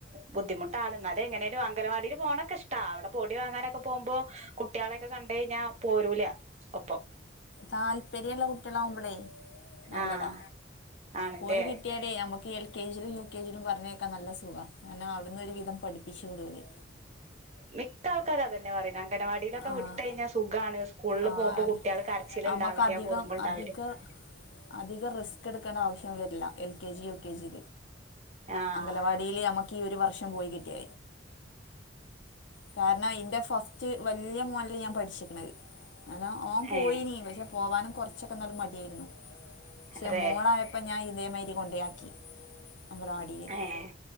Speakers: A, on the right; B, on the left.
A: ബുദ്ധിമുട്ടാണ്ണ എന്നാല എങ്ങനെ ഒരു അങ്കനവാടിയിൽ പോകണൊക്കെ ഇഷ്ട അവിടെ പൊടിവാങ്ങാനൊക്കെ പോകുമ്പോ. കുട്ടികളെക്കെ കണ്ട കഴിഞ്ഞാ പോരൂല ഒപ്പം.
B: താല്പര്യമുള്ള കുട്ടികളാവുമ്പോളേ നല്ലതാ
A: ആഹ് ആണല്ലേ
B: പോയി കിട്ടിയാ. അല്ലെ നമുക്ക് എൽ കെ ജിയിലും യു കെ ജിലും പറഞ്ഞേക്കാം നല്ല സുഖം കാരണം അവിടുന്ന് ഒരുവിധം പഠിപ്പിച് വിടുവര്
A: മിക്ക ആൾക്കാരാതന്നെ പറയുന്ന അങ്കനവാടിയിലൊക്കെ
B: ആഹ്
A: വിട്ട കഴിഞ്ഞാൽ സുഖണ് സ്കൂളിൽ
B: ആഹ്
A: പോകുമ്പോ. കുട്ടികൾ കരച്ചില
B: നമുക്ക്
A: ഉണ്ടാവില്ല
B: അധികം
A: കുറുമ്പ് ഉണ്ടാവി
B: അധിക അധികം റിസ്ക് എടുക്കേണ്ട ആവശ്യം വരില്ല L K G U K G
A: ആഹ്
B: അംഗവാടി. ഇലെ നമുക്ക് ഈ ഒരു വർഷം പോയി കിട്ടിയ കാരണം ഇന്റെ ഫസ്റ്റ് വലിയ മോനില് ഞാൻ പഠിച്ചിക്കണത് അനാ ഓൻ പോയിനീ
A: ഏഹ്
B: പക്ഷെ പോവാനും കൊറച്ചൊക്കെ നല്ല മടിയായിരുന്നു പക്ഷെ
A: അതെ
B: മോളാ അപ്പം ഞാൻ ഇതേമാതിരി കൊണ്ടയാക്കിഅംഗൻവാടി യിൽ
A: ഏഹ്